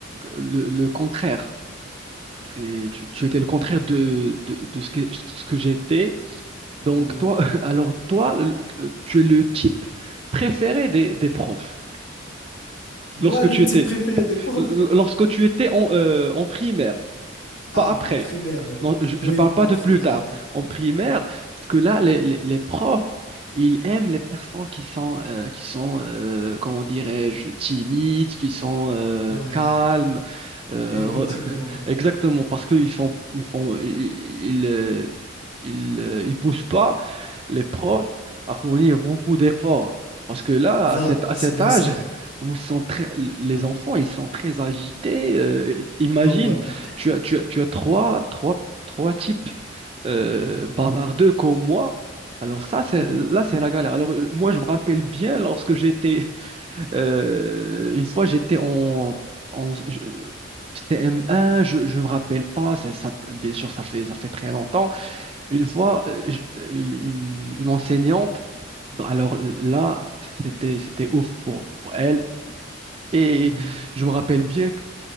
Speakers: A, on the right; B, on the left.
A: le, le contraire. C'est, tu, tu étais le contraire de, de, de ce que, ce que j'étais. Donc,
B: Ouais.
A: toi, <laughs> alors, toi, le- le- tu es le type préféré des, des profs.
B: Moi,
A: Lorsque
B: le
A: tu
B: type
A: étais,
B: préféré des profs.
A: lorsque tu étais en, euh, en primaire.
B: Ah,
A: pas après.
B: en primaire, oui.
A: Non, je
B: Oui,
A: ne parle pas
B: en
A: de
B: primaire,
A: plus tard,
B: oui.
A: en primaire, parce que là, les, les- les profs, ils aiment les personnes qui sont, euh, qui sont euh, comment dirais-je, timides, qui sont euh,
B: Ouais, ouais.
A: calmes, euh,
B: effectivement,
A: re- <laughs>
B: ouais.
A: exactement, parce qu'ils font, ils font, ils, ils, euh, ils, euh, ils poussent pas les profs à fournir beaucoup d'efforts. Parce que là,
B: Voilà,
A: à cet, à
B: c'est
A: cet
B: bien
A: âge,
B: ça, ouais.
A: on nous sent très- les enfants, ils sont très agités. euh, imagine
B: Normalement.
A: tu as, tu as, tu as trois, trois, trois types euh, bavardeux comme moi. Alors ça, c'est,
B: Mhm,
A: là, c'est la galère. Alors euh, moi, je me rappelle bien lorsque j'étais, <laughs> euh, une fois, j'étais en, en je- c'était M1, je, je ne me rappelle pas, ça, ça- bien sûr, ça fait, ça fait très longtemps. Une fois, euh, je- euh, une, une enseignante, bah, alors là, c'était, c'était ouf pour, pour elle. Et
B: mhm.
A: je me rappelle bien